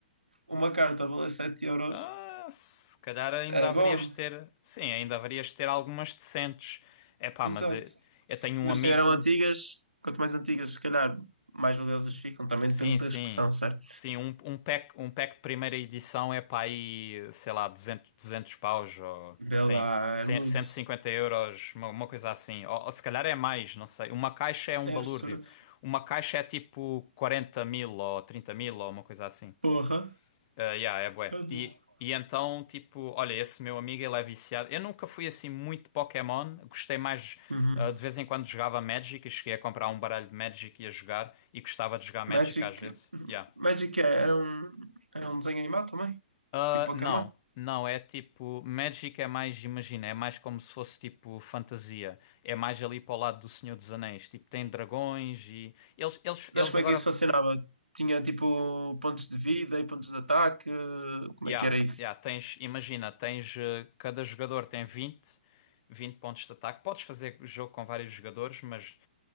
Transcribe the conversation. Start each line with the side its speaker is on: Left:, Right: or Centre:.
Right: Uma carta valia 7 euros.
Left: Ah, se calhar ainda
Right: É
Left: haverias
Right: bom,
Left: de ter. Sim, ainda haverias de ter algumas decentes. É pá,
Right: exato.
Left: mas eu, eu tenho um
Right: Ainda
Left: amigo.
Right: se eram antigas, quanto mais antigas, se calhar, mais valiosas ficam, também
Left: Sim,
Right: depende das
Left: sim.
Right: que são, certo?
Left: Sim, um, um pack, um pack de primeira edição é pá aí, sei lá, duzentos duzentos paus ou
Right: Vê
Left: ou cento
Right: lá, é muito.
Left: e cinquenta euros, uma, uma coisa assim. Ou, ou se calhar é mais, não sei. Uma caixa é um
Right: É
Left: balúrdio.
Right: absurdo.
Left: Uma caixa é tipo quarenta mil ou trinta mil ou uma coisa assim.
Right: Porra.
Left: Ah, yeah, é bué.
Right: Meu Deus.
Left: E, e então, tipo, olha, esse meu amigo, ele é viciado. Eu nunca fui assim muito Pokémon, gostei mais.
Right: Uhum.
Left: ah, de vez em quando jogava Magic e cheguei a comprar um baralho de Magic e a jogar, e gostava de jogar Magic
Right: Magic.
Left: às vezes. Yeah.
Right: Magic é- era um, era um desenho animado também.
Left: Ah,
Right: Tipo Pokémon.
Left: não, não, é tipo. Magic é mais, imagina, é mais como se fosse tipo fantasia. É mais ali para o lado do Senhor dos Anéis. Tipo, tem dragões e. Eles, eles,
Right: Mas
Left: eles
Right: como
Left: agora
Right: é que isso funcionava? Tinha tipo pontos de vida e pontos de ataque. Como
Left: Yeah,
Right: é que era isso?
Left: yeah, tens, imagina, tens, eh, cada jogador tem vinte vinte pontos de ataque. Podes fazer jogo com vários jogadores, mas